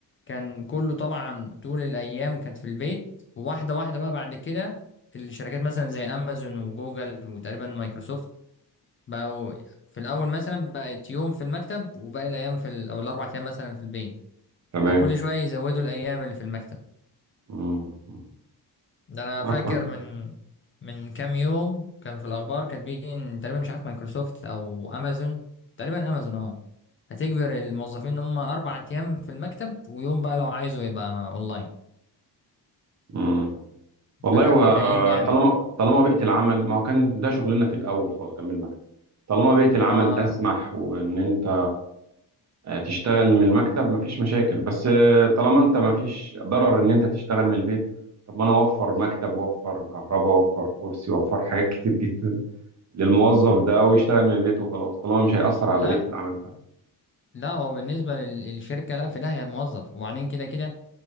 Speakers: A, on the left (about 30°); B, on the right (about 45°).
A: كان كله طبعا طول الايام كانت في البيت وواحده واحده بقى بعد كده الشركات مثلا زي امازون وجوجل وتقريبا مايكروسوفت بقوا في الاول مثلا بقت يوم في المكتب وباقي الايام في ال- او الاربع ايام مثلا في البيت
B: تمام
A: فكل شويه يزودوا الايام اللي في المكتب
B: امم
A: ده انا
B: ده
A: فاكر
B: كويس
A: من من كام يوم كان في الاخبار كاتبين تقريبا مش عارف مايكروسوفت او امازون تقريبا امازون اه هتجبر الموظفين ان هم اربع ايام في المكتب ويوم بقى لو عايزه يبقى اونلاين
B: امم والله
A: فكانوا
B: هو
A: متضايقين
B: آه،
A: جامد
B: طالما طالما بيئه العمل ما هو كان ده شغلنا في الاول خالص كان من المكتب طالما بيئه
A: ما
B: العمل تسمح وان انت آه، تشتغل من المكتب مفيش مشاكل بس آه، طالما انت مفيش ضرر ان انت تشتغل من البيت طب ما انا اوفر مكتب واوفر كهرباء واوفر كرسي واوفر حاجات كتير جدا للموظف ده او يشتغل من البيت وخلاص طالما مش هيأثر على
A: لا
B: بيئة العمل بتاعته
A: لا هو بالنسبه لل- للشركه لا في داهيه الموظف وبعدين كده كده